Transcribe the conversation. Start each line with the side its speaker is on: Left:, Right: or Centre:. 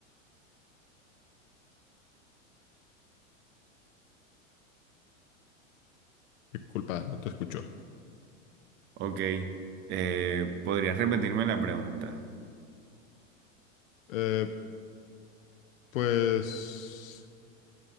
Left: Qué culpa, no te escuchó.
Right: Ok, eh, ¿podrías repetirme la pregunta?
Left: Eh, pues